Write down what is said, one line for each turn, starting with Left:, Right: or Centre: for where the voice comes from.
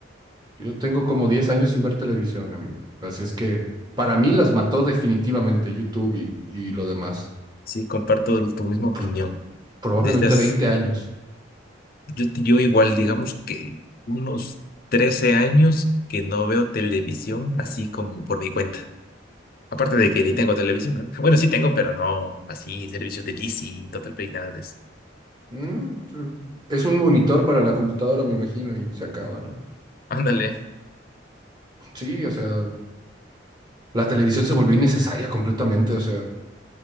Right: Yo tengo como 10 años sin ver televisión, amigo. Así es que para mí las mató definitivamente YouTube y, y lo demás.
Left: Sí, comparto tu misma opinión.
Right: Pro- probablemente
Left: Desde hace-
Right: 20 años.
Left: Yo, yo igual, digamos que unos 13 años que no veo televisión así como por mi cuenta. Aparte de que
Right: Sí.
Left: ni tengo televisión, ¿no? Bueno, sí tengo, pero no así servicios de Lizzy, Total Play, nada de eso.
Right: No, es un monitor para la computadora, me imagino, y se acaba, ¿no?
Left: Ándale.
Right: Sí, o sea, la televisión se volvió innecesaria completamente, o sea,